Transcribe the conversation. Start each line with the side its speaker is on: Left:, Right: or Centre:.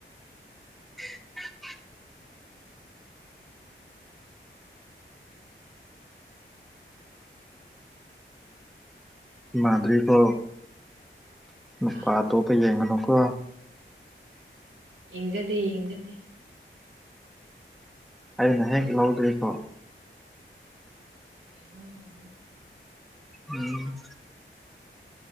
Centre: <inaudible> ꯃꯥꯗ꯭ꯔꯤꯕꯣ ꯅꯨꯄꯥ
Right: ꯍꯥ
Centre: ꯑꯇꯣꯞꯄ ꯌꯦꯡꯒꯅꯣꯀꯣ
Right: ꯌꯦꯡꯖꯗꯦ ꯌꯦꯡꯖꯗꯦ
Centre: ꯑꯩꯅ ꯍꯦꯛ ꯂꯧꯗ꯭ꯔꯤꯀꯣ
Right: ꯌꯦꯡꯉꯣꯏ ꯌꯦꯡꯉꯣꯏ
Centre: ꯎꯝ